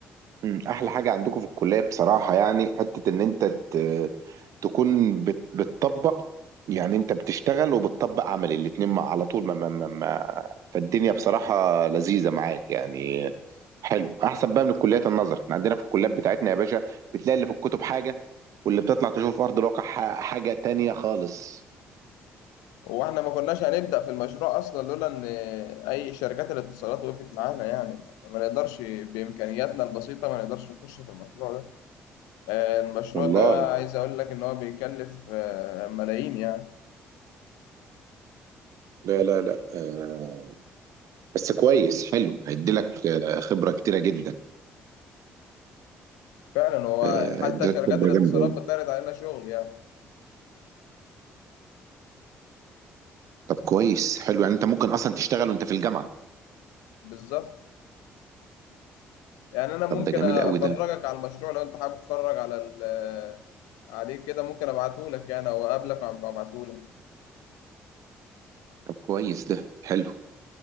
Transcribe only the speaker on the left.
واحنا ما كناش هنبدأ في المشروع أصلا لولا إن أي شركات الاتصالات وقفت معانا يعني ما نقدرش بإمكانياتنا البسيطة ما نقدرش نخش في المشروع ده آه، المشروع
ده عايز أقول لك إن هو بيكلف آه، ملايين يعني
فعلا هو
حتى
شركات
الاتصالات
بتعرض علينا شغل يعني
بالظبط يعني انا ممكن
افرجك
على المشروع لو انت حابب تتفرج على ال- عليه كده ممكن ابعته لك يعني او اقابلك وابعته لك